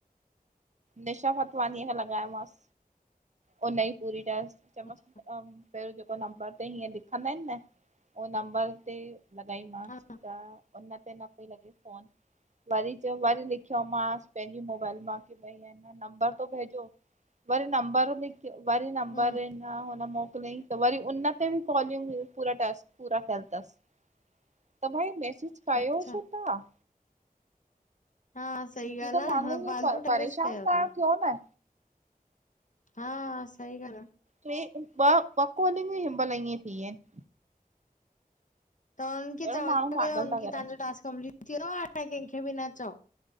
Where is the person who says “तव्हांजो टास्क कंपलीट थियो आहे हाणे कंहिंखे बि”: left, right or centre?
Left